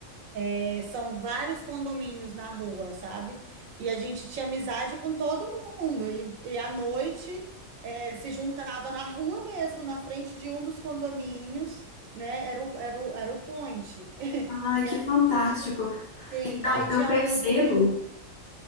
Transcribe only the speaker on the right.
é, São vários condomínios na rua, sabe? E a gente tinha amizade com todo mundo. E, e à noite é, se juntava na rua mesmo, na frente de um dos condomínios, né? Era o, era o, era o point. <laughs>
E
aí,
a gente, sim,
aí tinha
alguns meninos.